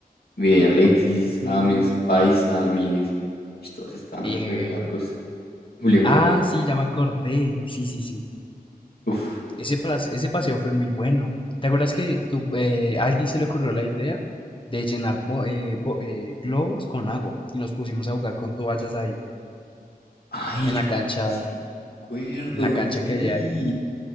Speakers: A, on the left (about 85°); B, on the left (about 35°).
A: Vi a Alexis,
B: Mm,
A: James, Paisa y Miguis. Y todos estábamos
B: eh,
A: re flacos. Julián
B: ah,
A: Gordo.
B: sí, ya me acordé. Sí, sí, sí.
A: Uf.
B: Ese, plas- ese paseo fue muy bueno. ¿Te acuerdas que tú, eh, a alguien se le ocurrió la idea de llenar bo- eh, bo- eh, globos con agua y nos pusimos a jugar con toallas ahí
A: Ay,
B: en
A: yo
B: la cancha,
A: creo que sí me acuerdo.
B: en la cancha
A: Sí.
B: que había ahí?